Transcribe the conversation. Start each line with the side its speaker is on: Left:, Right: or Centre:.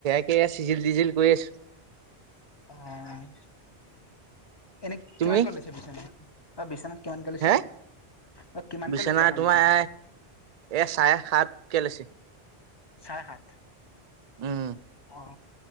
Right: এই আ চিজিল টিজিল কৰি আছো।
Left: অ', এনে
Right: তুমি
Left: কিমান কে লৈছে বিচনা অ', বিচনাত কিমানকৈ লৈছে
Right: হে
Left: অ কিমানকৈ
Right: বিচনা
Left: লৈছে এখন
Right: তোমাৰ
Left: বিচনাত
Right: এ চাৰে সাত কে লৈছে।
Left: চাৰে সাত।
Right: উম।
Left: অহ